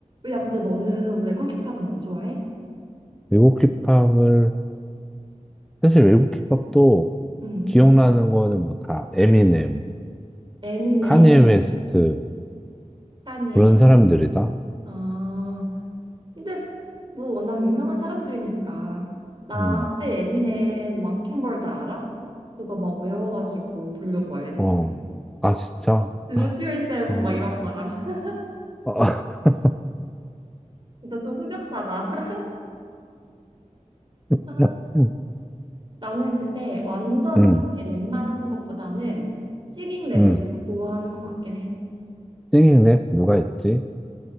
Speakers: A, on the right; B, in the centre.
A: 야, 근데 너는 외국 힙합은 안 좋아해?
B: 외국 힙합을, 사실 외국 힙합도
A: 응.
B: 기억나는 거는 뭐 다 에미넴,
A: 에미네,
B: 카니에 웨스트,
A: 카니에.
B: 그런 사람들이다?
A: 아, 근데 뭐 워낙 유명한 사람들이니까 나
B: 음,
A: 한때 에미넴 마킹버드 알아? 그거 막 외워가지고 부르고 막 이랬는데
B: 어. 아, 진짜?
A: Lose
B: 아,
A: Yourself
B: 어.
A: 막 이런 거랑 <laughs>
B: 아,
A: 진짜 좀 흑역사다 <laughs>
B: <laughs>
A: 아, 나는 근데 완전
B: 음,
A: 그렇게 랩만 하는 것보다는 싱잉 랩을
B: 음.
A: 좀 더 좋아하는 것 같긴 해
B: 싱잉 랩 누가 있지?